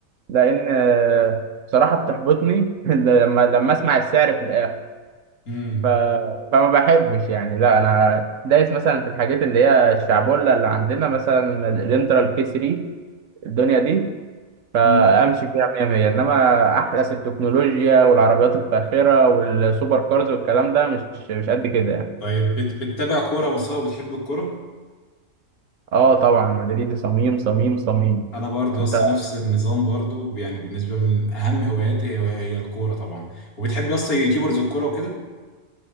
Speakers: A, on the right; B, on the left.
A: لان آه، بصراحه بتحبطني <laughs> لما لما اسمع السعر في الاخر
B: امم
A: ف... فما بحبش يعني لا انا دايس مثلا في الحاجات اللي هي الشعبولة اللي عندنا مثلا الانترا الكي 3 الدنيا دي فامشي
B: امم
A: فيها 100 100 انما احدث التكنولوجيا والعربيات الفاخره والسوبر كارز والكلام ده مش مش قد كده يعني
B: طيب بت... بتتابع كوره يا مصطفى بتحب الكوره
A: اه طبعا مدريد صميم صميم صميم
B: انا برضو يا
A: انت
B: اسطى نفس النظام برضو يعني بالنسبه من اهم هواياتي هي هي الكوره طبعا وبتحب يا اسطى يوتيوبرز الكوره وكده